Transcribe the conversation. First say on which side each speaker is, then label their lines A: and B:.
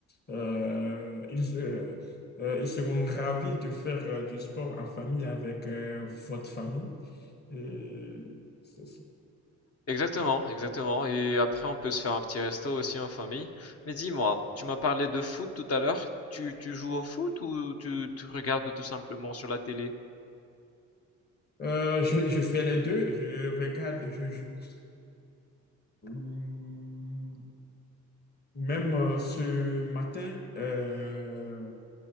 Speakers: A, on the left; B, on the left.
A: euh, ils, euh, euh, ils seront ravis de faire euh, du sport en famille avec euh, votre famille. Et c'est ça.
B: Exactement, exactement. Et après, on peut se faire un petit resto aussi en famille. Mais dis-moi, tu m'as parlé de foot tout à l'heure. Tu, tu joues au foot ou tu, tu regardes tout simplement sur la télé?
A: Euh, je, je fais les deux, je regarde et je joue. Hum, Même euh, ce matin, euh,